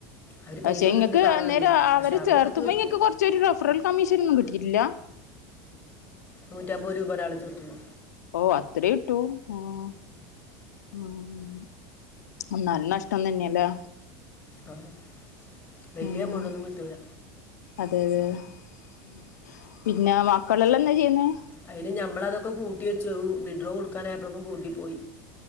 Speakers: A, on the left; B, on the left.
A: അവർ
B: പക്ഷെ
A: പൈസ എടുത്തിട്ട്
B: ഇങ്ങൾക്ക്
A: താഴെ
B: അനേരം
A: വന്നു പക്ഷെ
B: അവരെ
A: അവരൊക്കെ
B: ചേർത്തുമ്പോ
A: കിട്ടിയ
B: ഇയാക്ക് കൊറ ചൊരു റെഫറൽ കമ്മിഷൻ ഒന്നും കിട്ടിട്ടില്ല
A: നൂറ്റമ്പത് രൂപ ഒരാളെ ചോത്തുമ്പോ
B: ഓഹ് അത്രെ കിട്ടു ആഹ് ഉം ഉം എന്നാലും നഷ്ടം തന്നെയല്ലേ
A: ആഹ് വല്യ
B: ഉം
A: എമൗണ്ട് ഒന്നും കിട്ടുല്ല
B: അതെ ഉം പിന്നെ മക്കളെല്ലാം എന്താ ചെയ്യുന്നെ
A: അതിന് ഞമ്മള അതൊക്കെ കൂട്ടി വെച്ചു വിഡ്രോ കൊടുക്കാനായപ്പളെക്കും പുട്ടിപ്പോയി